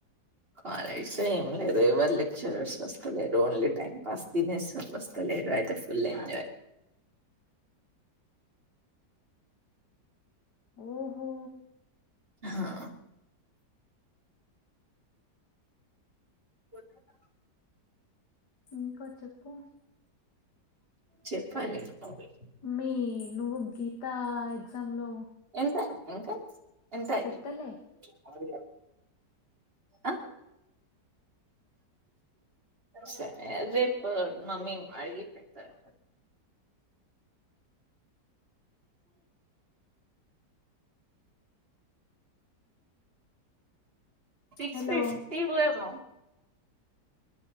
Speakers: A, on the right; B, on the left.
A: కాలేజ్ లో ఏం లేదు ఎవరు లెక్చరర్స్ వొస్తలేరు, ఓన్లీ టైం పాస్ తినేసారు వస్తలేరు అయితే ఫుల్ ఎంజాయ్.
B: ఓహో
A: హా కొత్తగా
B: ఊ కా చెప్పు
A: చెప్పాలి నువ్వే
B: మీ నువ్వు గీతా ఎగ్జామ్ లో
A: ఎంతమ్ ఇంకా ఎంతయింది
B: పెట్టలే
A: ఆరు వేల యాబ్ ఆ సరే రేపు మమ్మీన్ అడిగి చొప్తాను సిక్స్
B: హలో
A: ఫిఫ్టీ పోయేమో